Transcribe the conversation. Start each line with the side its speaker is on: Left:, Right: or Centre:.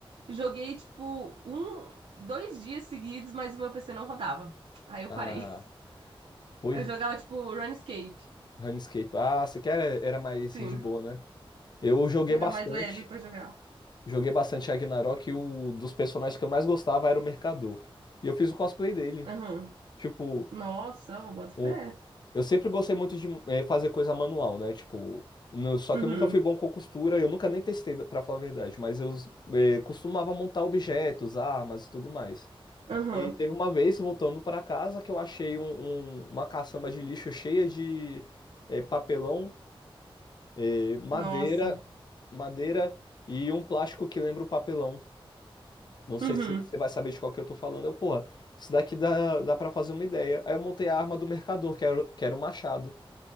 Right: joguei tipo um, dois dias seguidos, mas o meu PC não rodava. Aí eu
Left: Ah,
Right: parei.
Left: pois.
Right: Eu jogava tipo Runescape.
Left: RuneScape. Ah, você quer? Era mais
Right: Sim,
Left: de boa, né? Eu joguei
Right: era
Left: bastante.
Right: mais leve pra jogar.
Left: Joguei bastante Ragnarok e o dos personagens que eu mais gostava era o Mercador. E eu fiz o cosplay dele.
Right: Aham.
Left: Tipo,
Right: Nossa, eu boto
Left: o-
Right: fé.
Left: eu sempre gostei muito de eh, fazer coisa manual, né? Tipo, no- só
Right: Uhum.
Left: que eu nunca fui bom com costura, eu nunca nem testei, pra falar a verdade, mas eu eh, costumava montar objetos, armas e tudo mais.
Right: Aham.
Left: E teve uma vez, voltando para casa, que eu achei um- um- uma caçamba de lixo cheia de eh, papelão, eh, madeira,
Right: Nossa.
Left: madeira e um plástico que lembra o papelão. Não sei
Right: Uhum.
Left: se você vai saber de qual que eu tô falando. Eu, porra, isso daqui dá, dá pra fazer uma ideia. Aí eu montei a arma do mercador, que era, o- que era o machado.